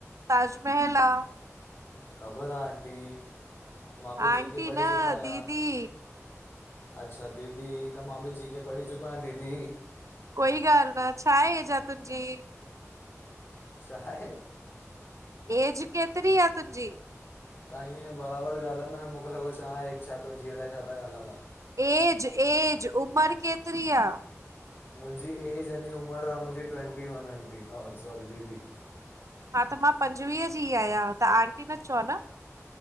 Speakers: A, on the right; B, on the left.
A: ताजमहल आहे
B: ख़बरु आहे आंटी मां बि
A: आंटी
B: जी के पढ़ी
A: न
B: चुको आहियां
A: दीदी
B: अच्छा दीदी त मां बि जी के पढ़ी चुको आहियां दीदी
A: कोई ॻाल्हि न छा एज आं तुंहिंजी
B: छा हे
A: एज केतिरी आहे तुंहिंजी
B: तव्हां हीअं बराबर ॻाल्हायो न, मूंखे लॻो छा आहे? छा तुंजे अलाए छा ता ॻाल्हायो तां?
A: ऐज एज, उमर केतिरी आ?
B: मुंजी एज यानी उमिर आ मुंजी, ट्वेंटी वन आंटी, अ सॉरी दीदी।
A: हा, त मां पंजवीह जी आयां त आंटी न चओ न।